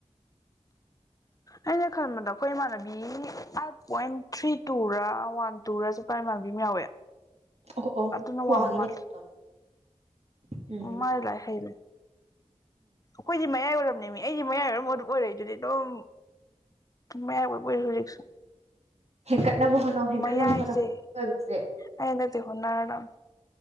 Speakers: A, on the left (about 30°); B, on the right (about 60°).
A: ꯑꯩꯅ ꯈꯟꯕꯗ ꯑꯩꯈꯣꯏ ꯏꯃꯥꯟꯅꯕꯤ ꯑꯥꯏꯠ ꯄꯣꯏꯟ ꯊ꯭ꯔꯤ ꯇꯨꯔ ꯋꯥꯟ ꯇꯨꯔ ꯆꯠꯄ ꯏꯃꯥꯟꯅꯕꯤ ꯑꯃ ꯌꯥꯎꯋꯦ
B: ꯑꯣ ꯑꯣ
A: ꯑꯗꯨꯅ ꯋꯥꯉꯃꯔꯦ
B: ꯋꯥꯡꯉꯤꯅꯦ ꯑꯗꯨꯝ ꯎꯝ
A: ꯎ ꯃꯥꯥꯏ ꯂꯩ ꯍꯩ ꯈꯣꯏꯗꯤ ꯃꯌꯥꯝ ꯃꯤ ꯑꯩꯁꯦ ꯃꯌꯥꯏ ꯑꯣꯏꯔꯝ ꯃ ꯑꯗꯨ ꯑꯣꯏꯔꯛꯏ ꯑꯗꯨꯗꯤ ꯑꯗꯨꯝ ꯃꯌꯥꯏ ꯑꯣꯏ ꯑꯣꯏꯔꯁꯨ ꯍꯧꯖꯤꯛꯁꯨ
B: ꯍꯦꯟꯀꯠꯅꯕ ꯍꯣꯠꯅꯧ ꯍꯦꯟꯀꯠꯅꯕ
A: ꯃꯩ ꯍꯥꯏꯖꯦ
B: ꯍꯣꯠꯅꯧ ꯑꯣꯏꯕꯁꯦ
A: ꯑꯩꯅꯗꯤ ꯍꯅꯗꯥ